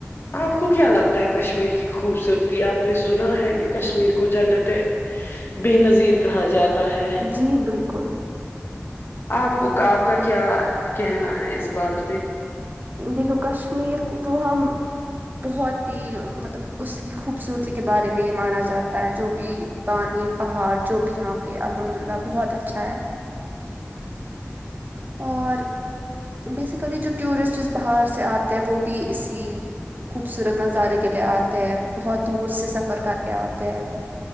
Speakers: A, on the left; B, on the right.
A: آپ کو کیا لگتا ہے کشمیر کی خوبصورتی آپ نے سنا ہے کہ کشمیر کو جنت ببے نظیر کہا جاتا ہے
B: جی بالکل
A: آپ کو کا آپ کیا کہنا ہے اس بات پہ
B: دیکھو کشمیر کو تو ہم بہت ہی مطلب اس کی خوبصورتی کے بارے میں یہ مانا جاتا ہے جو بھی پانی پہاڑ جو بھی یہاں پہ الحمد للہ بہت اچھا ہے اور بیسیکلی جو ٹورسٹ جس باہر سے آتے ہیں وہ بھی اسی خوبصورت نظارے کے لیے آتے ہے بہت دور سے سفر کر کے آتے ہیں